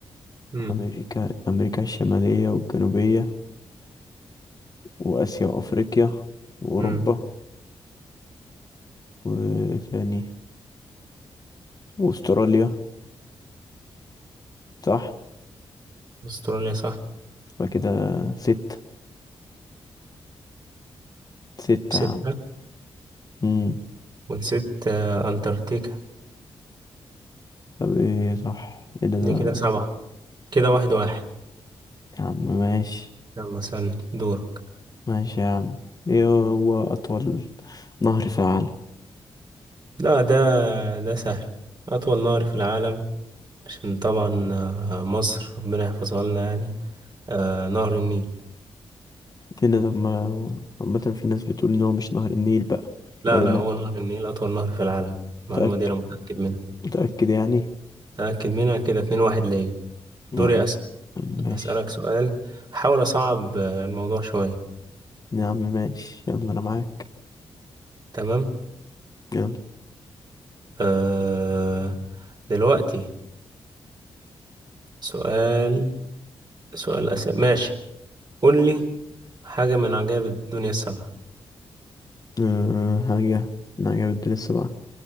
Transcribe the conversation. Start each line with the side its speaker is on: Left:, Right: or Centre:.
Right: امم
Left: أمريكا أمريكا الشمالية والجنوبية وآسيا وأفريقيا وأوروبا
Right: امم
Left: وإيه تاني وأستراليا صح
Right: استراليا صح
Left: يبقى كده ستة ستة
Right: ستة
Left: يا عم مم.
Right: ونسيت آه، انتاركتيكا
Left: طب إيه صح إيه ده, ده
Right: دي كده سبعة كده واحد واحد
Left: يا عم ماشي
Right: يلا سألني دورك
Left: ماشي يا عم إيه هو أطول نهر في العالم
Right: لا ده ده سهل أطول نهر في العالم عشان طبعا آه، مصر ربنا يحفظها لنا يعني آه، نهر النيل
Left: إيه ده طب ما عامة في ناس بتقول إن هو مش نهر النيل بقى
Right: لا
Left: العلماء
Right: لا هو نهر النيل أطول نهر في العالم المعلومة
Left: متأكد
Right: دي أنا متأكد منها
Left: متأكد يعني
Right: متأكد منها كده اتنين واحد ليا
Left: يا
Right: دوري
Left: عم
Right: أسأل
Left: ماشي
Right: هسألك سؤال أحاول أصعب آه، الموضوع شوية
Left: يا عم ماشي يلا أنا معاك
Right: تمام
Left: يلا
Right: أه دلوقتي سؤال سؤال أسئلة ماشي قول لي حاجة من عجائب الدنيا السبعة
Left: أه حاجة من عجائب لسه بقى